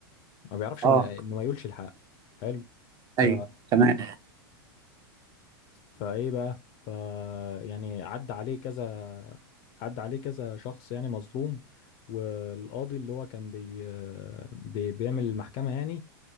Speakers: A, on the left; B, on the right.
A: ما بيعرفش
B: اه
A: ما... انه ما يقولش الحق حلو ف
B: ايوه تمام
A: فايه بقى ف يعني عدى عليه كذا عدى عليه كذا شخص يعني مظلوم والقاضي اللي هو كان بي... بي... بيعمل المحكمة يعني